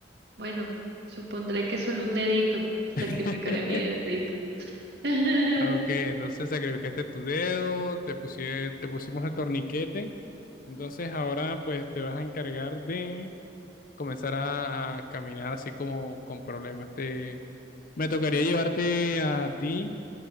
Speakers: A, on the right; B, on the left.
A: Bueno, supondré que solo un dedito. Sacrificaré
B: <laughs>
A: mi dedito. <laughs>
B: Ok, entonces sacrificaste tu dedo, te pusie- te pusimos el torniquete. Entonces ahora pues te vas a encargar de comenzar a, a caminar así como con problemas. Te, me tocaría llevarte a ti